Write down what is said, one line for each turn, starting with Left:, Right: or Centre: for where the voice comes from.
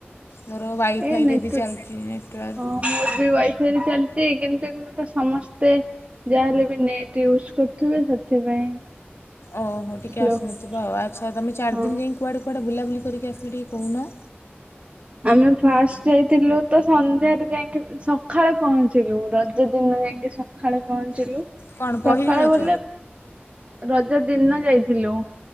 Left: ମୋର ୱାଇଫାଇରେ
Right: ଏଇ ନେଟୱାର୍କ
Left: ବି ଚାଲିଚି ନେଟୱାର୍କ।
Right: ହଁ ମୋର ବି ୱାଇଫଇରେ ଚାଲିଚି କିନ୍ତୁ ଏଟି ଗୋଟେ ସମସ୍ତେ ଯାହାହେଲେ ବି ନେଟ ୟୁଜ କରୁଥିବେ। ସେଥିପାଇଁ
Left: ଓହୋ ଟିକେ
Right: ସ୍ଲୋ
Left: ଆସୁନଥିବ।
Right: ହଉଛି
Left: ଆଚ୍ଛା ତମେ ଚାରି
Right: ହଁ।
Left: ଦିନ ଯାଇକ କୁଆଡ଼େ କୁଆଡ଼େ ବୁଲାବୁଲି କରିକି ଆସିଲ ଟିକେ କହୁନ।
Right: ଆମେ ଫାଷ୍ଟ ଯାଇଥିଲୁ ତ ସନ୍ଧ୍ୟାରେ ଯାଇକି ସଖାଳେ ପହଞ୍ଚିଲୁ। ରଜ ଦିନ ଯାଇକି ସକାଳେ ପହଞ୍ଚିଲୁ।
Left: କ'ଣ ପହିଲି
Right: ସକାଳେ
Left: ରଜ
Right: ବଲେ ରଜ ଦିନ ଯାଇଥିଲୁ।